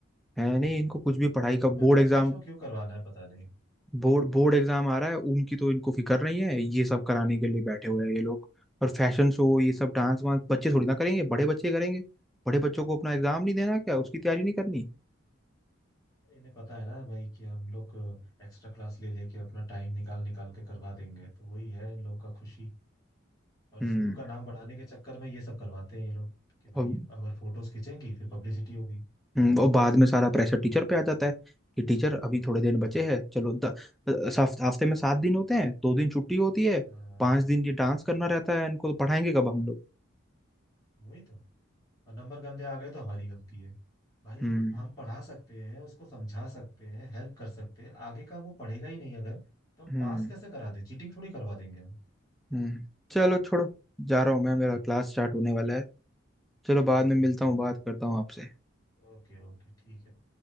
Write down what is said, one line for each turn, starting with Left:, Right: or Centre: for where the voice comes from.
Centre: है नहीं इनको कुछ भी पढ़ाई
Left: स्कूल
Centre: का board
Left: में फैशन
Centre: exam
Left: शो क्यों करवाना है पता नहीं
Centre: board board exam आ रहा है उनकी तो इनको फिक्र नहीं है ये सब कराने के लिए बैठे हुए हैं ये लोग और फैशन शो ये सब डांस वांस बच्चे थोड़ी ना करेंगे बड़े बच्चे करेंगे बड़े बच्चों को अपना एग्जाम नहीं देना क्या उसकी तैयारी नहीं करनी
Left: अरे इन्हें पता है ना भाई कि हम लोग एक्स्ट्रा क्लास ले लेके अपना टाइम निकाल निकाल के करवा देंगे तो वही है इन लोग का खुशी और
Centre: हम्म
Left: स्कूल का नाम बढ़ाने के चक्कर में ये सब करवाते हैं ये लोग कि भाई
Centre: और
Left: अगर फोटोज खींचेंगी फिर पब्लिसिटी होगी
Centre: हम्म, और बाद में सारा प्रेशर टीचर पे आ जाता है कि टीचर अभी थोड़े
Left: वही
Centre: दिन बचे
Left: तो
Centre: हैं चलो द, हफ- हफ्ते में सात दिन होते हैं दो दिन छुट्टी होती है
Left: हाँ,
Centre: पांच दिन ये डांस करना रहता है इनको तो पढ़ाएंगे कब हम लोग
Left: वही तो और नंबर गंदे आ गए तो हमारी गलती है भाई
Centre: हम्म
Left: हम पढ़ा सकते हैं उसको समझा सकते हैं हेल्प कर सकते हैं आगे का वो पढ़ेगा ही नहीं अगर तो हम
Centre: हम्म
Left: पास कैसे करा दे चीटिंग थोड़ी करवा देंगे हम
Centre: हम्म चलो छोड़ो जा रहा हूँ मैं
Left: क्या
Centre: मेरा
Left: है
Centre: क्लास स्टार्ट होने वाला है चलो
Left: चलो
Centre: बाद में
Left: ठीक
Centre: मिलता
Left: है
Centre: हूँ बात
Left: फिर
Centre: करता हूँ आपसे
Left: ओके ओके ठीक है